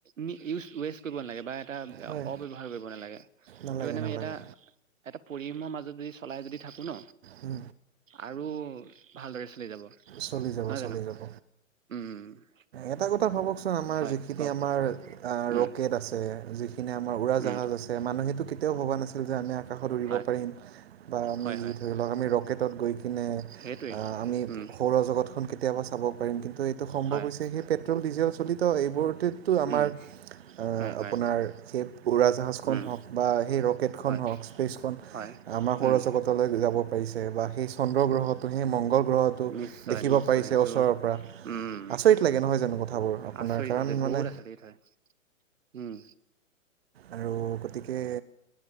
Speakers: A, on the right; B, on the right.
A: মি ইউজ ৱেচ কৰিব নালাগে বা তাত
B: হয়
A: অ - ব্যৱহাৰ কৰিব নালাগে
B: নালাগে
A: এইটো কাৰণে আমি
B: নালাগে
A: এটা - এটা পৰিব ই মাজত যদি চলাই যদি থাকো ন
B: উম
A: আৰু ভালদৰে চলি যাব
B: চলি যাব
A: নহয়
B: - চলি
A: জানো
B: যাব।
A: উম
B: এটা কথা ভাবকচোন আমাৰ
A: হয়
B: যিখিনি
A: কওক
B: আমাৰ আহ
A: উম
B: ৰকেট আছে। যিখিনি আমাৰ উৰাজাহাজ
A: উম
B: মানুহেতটো ভবা নাছিল যে আমি আকাশত উৰিব
A: হয়
B: পাৰিম বা আমি
A: হয় হয়
B: ধৰি লওক আমি ৰকেটত গৈ এ
A: সেইটোৱেই
B: আমি
A: উম
B: সৌৰজগতখন কেতিয়াবা চাব পাৰিম কিন্তু এই সম্ভৱ
A: হয়
B: হৈছে সেই পেট্ৰল ডিজেল চলিত এইবোৰতেটো আমাৰ
A: উম হয়
B: আপোনাৰ
A: হয়
B: পুৰা জাহাজ খন
A: উম
B: হওক বা সেই ৰকেট খন
A: হয়
B: হওক স্পেচ খন
A: হয়
B: আমাৰ সৌৰজগতলৈ
A: উম
B: যাব পাৰিছে। বা সেই চন্দ্ৰ গ্ৰহটো সেই মংগল গ্ৰহটো
A: নিশ্চয়-নিশ্চয়
B: দেখিব পাৰিছে
A: এইটো,
B: ওচৰৰ পৰা
A: উম।
B: আচৰিত লাগে নহয় জানো কথাবোৰ আপোনাৰ
A: আচলিত
B: কাৰণ
A: তাতে
B: মানে
A: বহুত আচলিত হয়, উম।
B: আৰু গতিকে